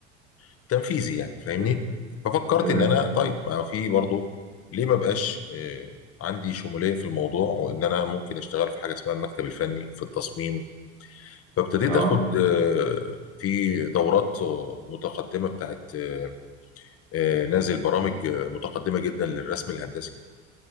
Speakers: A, on the left; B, on the right.
A: والتنفيذي يعني فاهمني
B: تمام
A: ففكرت
B: تمام.
A: ان انا طيب ما في برضه ليه ما بقاش آه، عندي شمولية في الموضوع وان انا ممكن اشتغل في حاجة اسمها المكتب الفني في التصميم فابتديت
B: اه
A: اخد آه، في دورات آه، متقدمه بتاعت آه، آه، نازل برامج آه، متقدمه جدا للرسم الهندسي